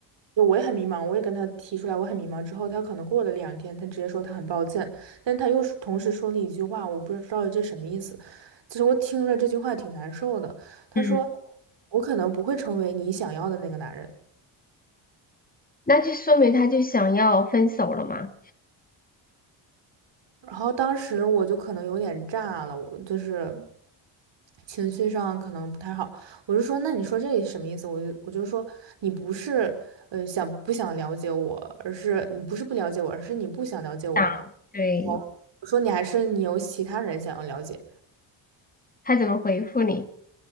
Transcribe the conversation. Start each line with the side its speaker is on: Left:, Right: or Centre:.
Right: 就我也很迷茫，我也跟他提出来，我很迷茫。之后他可能过了两天，他直接说他很抱歉，但他又是同时说了一句话，我不知道这什么意思。就是我听了这句话挺难受的。他说：
Left: 嗯，
Right: “我可能不会成为你想要的那个男人。”
Left: 那就说明他就想要分手了嘛？
Right: 然后当时我就可能有点炸了，我就是情绪上可能不太好。我就说，那你说这什么意思？我就我就说，你不是呃想不想了解我，而是你不是不了解我，而是你不想了解我。
Left: 想，
Right: <laughs>
Left: 对，
Right: 我我我说你还是你有其他人想要了解。
Left: 他怎么回复你？